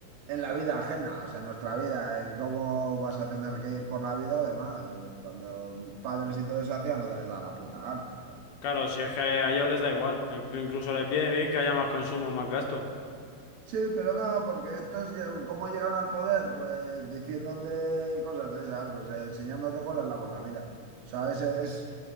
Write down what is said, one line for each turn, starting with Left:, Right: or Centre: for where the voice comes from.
Right: en la vida ajena, o sea, en nuestra vida, en cómo vas a tener que ir por la vida o demás. eh, Cuando mis padres y todo eso hacían lo que les daba la puta gana.
Left: claro, si es que a ellos les da igual. Incluso les viene bien que haya más consumo, más gasto.
Right: Sí, pero no, porque estos, lle- ¿cómo llegan al poder? Pues diciéndote cosas de esas, pues eh, enseñándote cuál es la buena vida. O sea, es, es,